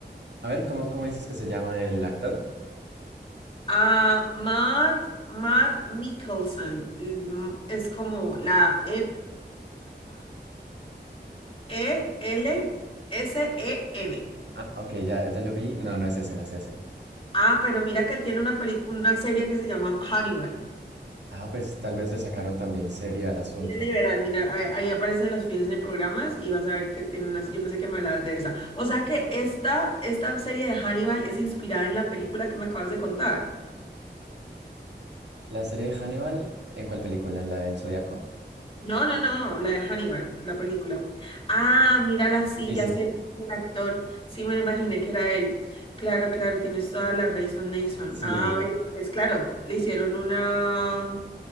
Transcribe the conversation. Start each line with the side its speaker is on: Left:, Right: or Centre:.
Right: A ver, ¿cómo, cómo dices que se llama el actor?
Left: A Matt, Matt Mikkelsen, mm, es como la M-I-K-K-E-L-S-E-N.
Right: Ah, ok, ya, ya lo vi. No, no es ese, no es ese.
Left: Ah, pero mira que él tiene una película, una serie que se llama Hannibal.
Right: Ah, pues tal vez le sacaron también serie al asunto.
Left: Mírala y verás, mira, ahí, ahí aparecen los fines en programas y vas a ver que tiene unas, yo pensé que me hablabas de esa. O sea que esta, esta serie de Hannibal es inspirada en la película que me acabas de contar.
Right: La serie de Hannibal, ¿en cuál película? ¿En la del Zodíaco?
Left: No, no, no, la de Hannibal, la película. Ah, mírala,
Right: Ah,
Left: sí,
Right: Sí,
Left: ya
Right: sí,
Left: sé
Right: sí.
Left: quién es el actor. Sí, me lo imaginé que era él. Claro, claro, tienes toda la razón, Nason.
Right: Sí,
Left: Ah, ve, es claro, le hicieron una,